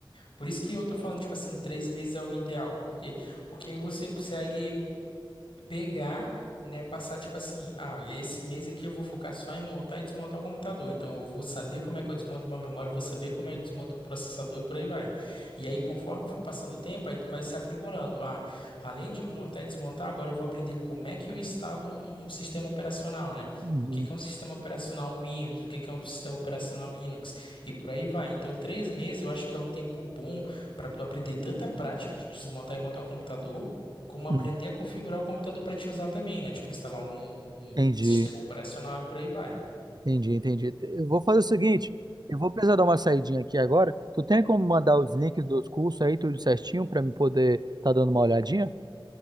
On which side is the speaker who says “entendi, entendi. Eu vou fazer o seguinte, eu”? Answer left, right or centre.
Right